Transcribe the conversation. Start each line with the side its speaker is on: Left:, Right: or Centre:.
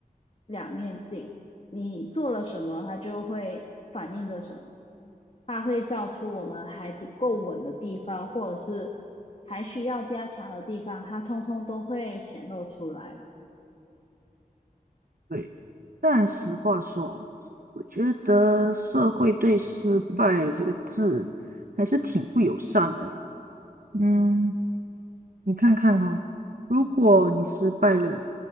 Left: 两面镜。你做了什么，它就会反映着什么，它会照出我们还不够稳的地方，或还需要加强的地方，它通通都会显露出来啦。
Right: 对，但实话说，我觉得社会对“失败”这个字还是挺不友善的。嗯，你看看哦，如果你失败了，